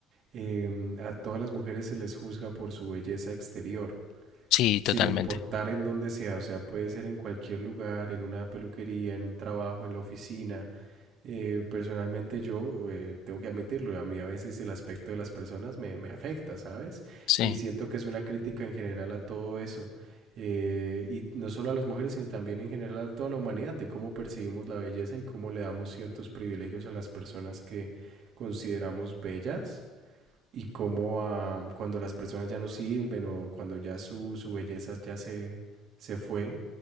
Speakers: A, on the right (about 55°); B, on the left (about 65°).
A: em, a todas las mujeres se les juzga por su belleza exterior
B: Sí,
A: sin
B: totalmente.
A: importar en dónde sea, o sea, puede ser en cualquier lugar, en una peluquería, en un trabajo, en la oficina. Eh, personalmente yo eh, tengo que admitirlo, a mí a veces el aspecto de las personas me, me afecta, ¿sabes?
B: Sí.
A: Y siento que es una crítica en general a todo eso. eh, y no solo a las mujeres, sino también en general a toda la humanidad, de cómo percibimos la belleza y cómo le damos ciertos privilegios a las personas que consideramos bellas y cómo ah, cuando las personas ya no sirven o cuando ya su, su belleza ya se, se fue,